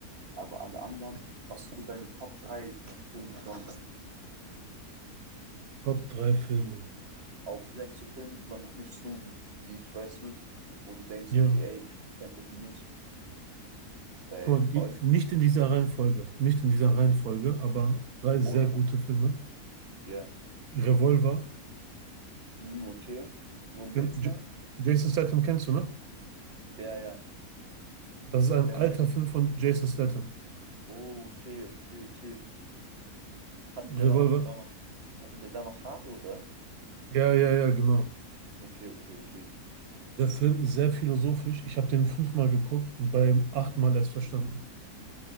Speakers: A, on the right; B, on the right.
A: aber alle anderen, was sind so deine Top 3 Filme sonst?
B: Top drei Filme.
A: Auch vielleicht so Filme, die man noch nicht so gut, die ich weißt du, wo du denkst,
B: Ja.
A: okay, ey, kennt er die nicht, weil
B: Guck mal, die,
A: Euphorie
B: nicht in dieser Reihenfolge. Nicht in dieser Reihenfolge, aber drei sehr
A: ohne
B: gute
A: Reihenfolge.
B: Filme.
A: Ja,
B: Revolver.
A: hm, okay. Worum
B: Ken-
A: geht's
B: J
A: da?
B: Jason Statham kennst du, ne?
A: Ja, ja.
B: Das ist ein
A: Dem,
B: alter
A: der,
B: Film von Jason Statham.
A: oh, okay, okay, okay. Hatte der
B: Revolver.
A: da noch, da noch, hatte der da noch Haare, oder?
B: Ja, ja, ja, genau.
A: Okay, okay, okay.
B: Der Film ist sehr philosophisch. Ich habe den fünfmal geguckt und beim achten Mal erst verstanden.